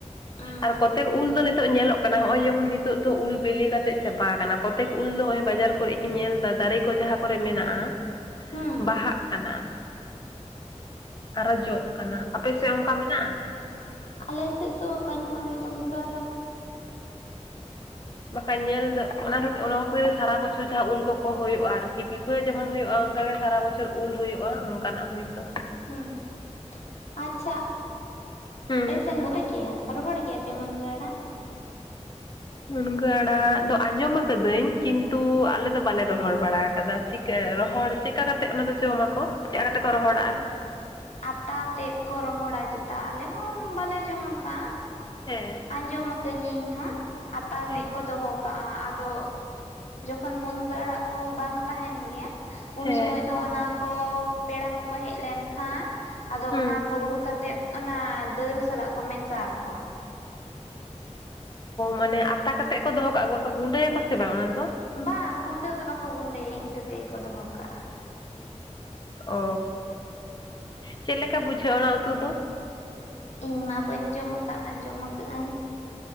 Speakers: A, on the left; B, on the left.
A: ᱩᱸ
B: ᱟᱨ ᱠᱚᱛᱮᱠ ᱩᱞ ᱫᱚᱞᱮ ᱱᱤᱛᱚᱜ ᱧᱮᱞᱚᱜ ᱠᱟᱱᱟ ᱦᱚᱜᱼᱚᱭ ᱡᱮᱢᱚᱱ ᱱᱤᱛᱚᱜ ᱫᱚ ᱩᱞ ᱵᱤᱞᱮ ᱠᱟᱛᱮ ᱪᱟᱵᱟ ᱟᱠᱟᱱᱟ ᱠᱚᱛᱮᱠ ᱩᱞ ᱫᱚ ᱱᱚᱜᱼᱚᱭ ᱵᱟᱡᱟᱨ ᱠᱚᱨᱮ ᱤᱧ ᱧᱮᱞ ᱫᱟ ᱫᱟᱨᱮ ᱠᱚ ᱡᱟᱦᱟᱸ ᱠᱚᱨᱮ ᱢᱮᱱᱟᱜᱼᱟ
A: ᱦᱩᱸ
B: ᱵᱟᱦᱟᱜ ᱠᱟᱱᱟ᱾ ᱟᱨᱚ ᱡᱚᱜ ᱠᱟᱱᱟ ᱟᱯᱮ
A: ᱟᱪᱪᱷᱟ
B: ᱥᱮᱫ ᱚᱱᱠᱟ ᱢᱮᱱᱟᱜᱼᱟ᱾
A: ᱟᱞᱮ ᱥᱮᱫ ᱫᱚ ᱵᱟᱹᱱᱩᱜ ᱟᱹᱱᱤᱡᱽ ᱚᱱᱠᱟ ᱫᱚ᱾ <inaudible>
B: ᱵᱟᱠᱷᱟᱡ ᱧᱮᱞ ᱫᱚ ᱚᱱᱟ ᱠᱚᱫᱚ ᱚᱱᱟ ᱥᱟᱨᱟ ᱵᱚᱪᱷᱩ ᱡᱟᱦᱟᱸ ᱩᱞ ᱠᱚᱠᱚ ᱦᱩᱭᱩᱜᱼᱟ ᱟᱨᱠᱤ ᱯᱤ ᱯᱷᱮᱨ ᱡᱮᱢᱚᱱ ᱦᱩᱭᱩᱜᱼᱟ ᱚᱱᱠᱟᱜ ᱜᱮ ᱥᱟᱨᱟ ᱵᱚᱪᱷᱚᱨ ᱩᱞ ᱦᱩᱭᱩᱜᱼᱟ ᱚᱱᱠᱟᱱᱟᱜ ᱦᱳᱭ ᱛᱳ
A: ᱦᱩᱸ ᱟᱪᱪᱷᱟ
B: ᱦᱩᱸ
A: ᱟᱯᱮ ᱥᱮᱱ <unintelligible> ᱜᱮᱭᱟ ᱨᱚᱦᱚᱲ ᱜᱮᱭᱟ ᱛᱮᱢᱚᱱ ᱜᱮ ᱟᱲᱟᱜ
B: ᱢᱩᱱᱜᱟᱹ ᱟᱲᱟᱜ ᱫᱚ ᱟᱸᱡᱚᱢ ᱠᱟᱹᱫᱟᱹᱧ ᱠᱤᱱᱛᱩ ᱟᱞᱮ ᱫᱚ ᱵᱟᱞᱮ ᱨᱚᱦᱚᱭ ᱵᱟᱲᱟ ᱟᱠᱟᱫᱟ ᱨᱚᱦᱚᱲ ᱪᱮᱫ ᱞᱮᱠᱟ ᱠᱟᱛᱮ ᱚᱱᱟ ᱫᱚ ᱡᱚᱢᱟᱠᱚ ᱪᱮᱫᱠᱟ ᱠᱟᱛᱮ ᱠᱚ ᱨᱚᱦᱚᱲᱟ ᱟᱨ
A: ᱟᱛᱟ ᱛᱮᱫ ᱠᱚ ᱨᱚᱦᱚᱲ ᱪᱮᱛᱟᱜ ᱟᱞᱮ ᱦᱚᱸ ᱵᱟᱞᱮ ᱡᱚᱢ ᱠᱟᱜᱼᱟ
B: ᱦᱮᱸ
A: ᱟᱸᱡᱚᱢ ᱟᱠᱟᱹ ᱤᱧ ᱦᱚᱸ ᱟᱛᱟ
B: ᱦᱮᱸ
A: ᱛᱮᱫ ᱠᱚ ᱫᱚᱦᱚ ᱠᱟᱜ ᱠᱟᱜ ᱟᱫᱚ ᱡᱚᱠᱷᱚᱱ ᱢᱩᱱᱜᱟᱹ ᱟᱲᱟᱜ ᱠᱚ ᱵᱟᱝ ᱛᱟᱦᱮᱱ ᱜᱮᱭᱟ
B: ᱦᱮᱸ
A: ᱩᱱ ᱥᱚᱢᱚᱭ ᱫᱚ ᱚᱱᱟ ᱠᱚ ᱯᱮᱲᱟ ᱠᱚᱠᱚ ᱦᱮᱡ ᱞᱮᱱᱠᱷᱟᱱ ᱟᱫᱚ
B: ᱦᱩᱸ
A: ᱚᱱᱟ ᱠᱚ ᱩᱰᱩᱠ ᱠᱟᱛᱮᱫ ᱚᱱᱟ ᱫᱟᱹᱞ ᱥᱟᱞᱟᱜ ᱠᱚ ᱢᱮᱥᱟᱠᱚᱣᱟ
B: ᱢᱟᱱᱮ ᱟᱛᱟ ᱠᱟᱛᱮᱜ ᱠᱚ ᱫᱚᱦᱚ ᱠᱟᱜ ᱟ ᱠᱚ ᱜᱩᱸᱰᱟᱹᱭᱟᱠᱚ ᱥᱮ ᱵᱟᱝ ᱚᱱᱟ ᱫᱚ
A: ᱵᱟᱝ ᱜᱩᱸᱰᱟᱹ ᱫᱚ ᱵᱟᱠᱚ ᱜᱩᱸᱰᱟᱹᱭᱟ ᱤᱱᱠᱟᱹ ᱛᱮᱠᱚ ᱫᱚᱦᱚ ᱠᱟᱜᱼᱟ
B: ᱚ ᱪᱮᱫ ᱞᱮᱠᱟ ᱵᱩᱡᱷᱟᱹᱜ ᱚᱱᱟ ᱩᱛᱩ ᱫᱚ
A: ᱤᱧ ᱢᱟ ᱵᱟᱹᱧ ᱡᱚᱢ ᱟᱠᱟᱫ ᱟᱸᱡᱚᱢ ᱟᱠᱟᱫᱟᱹᱧ